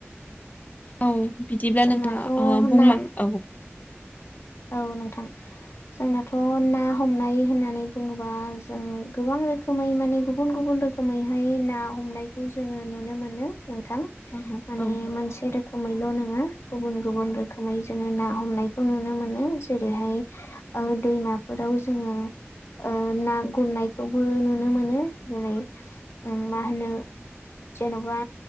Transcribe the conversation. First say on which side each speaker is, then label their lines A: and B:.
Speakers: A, on the left (about 35°); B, on the left (about 80°).
A: औ बिदिब्ला
B: जोंनाथ'
A: नोंथाङा ओ बुंलां
B: ना
A: औ
B: औ। नोंथां जोंनाथ' ना हमनाय होननानै बुङोबा जों गोबां रोखोमै माने गुबुन गुबुन रोखोमैहाय ना हमनायखौ जोङो नुनो मोनो। नोंथां माने
A: औ औ
B: मोनसे रोखोमैल' नङा गुबुन गुबुन रोखोमै जोंङो ना हमनायखौ नुनो मोनो। जेरैहाय ओ दैमाफोराव जोङो ओ ना गुरनायखौबो नुनो मोनो जेरै मा होनो जेन'बा